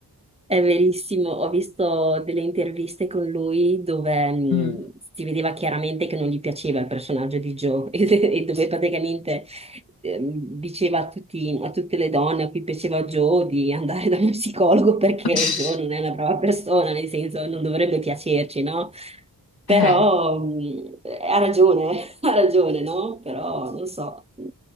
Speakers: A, on the right (about 15°); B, on the left (about 65°).
A: È verissimo, ho visto delle interviste con lui dove mh,
B: Mm.
A: si vedeva chiaramente che non gli piaceva il personaggio di Joe <laughs> e dove praticamente ehm, diceva a tutti- a tutte le donne a cui piaceva Joe di andare da uno psicologo perché
B: <laughs>
A: Joe non è una brava persona, nel senso non dovrebbe piacerci, no? Però
B: Eh.
A: mh, ha ragione, <laughs> ha ragione, no? Però non so, mh,